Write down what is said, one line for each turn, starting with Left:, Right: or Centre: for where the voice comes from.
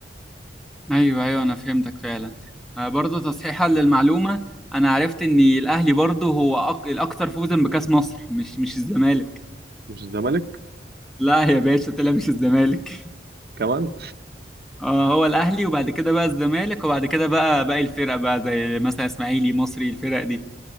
Centre: ايوه ايوه انا فهمتك فعلا آه، برضه تصحيحا للمعلومه انا عرفت ان الاهلي برضه هو أك... الاكثر فوزا بكاس مصر مش مش الزمالك
Right: مش الزمالك
Centre: لا يا باشا طلع مش الزمالك
Right: كمان
Centre: اه هو الاهلي وبعد كده بقى الزمالك وبعد كده بقى باقي الفرق بقى زي مثلا اسماعيلي مصري الفرق دي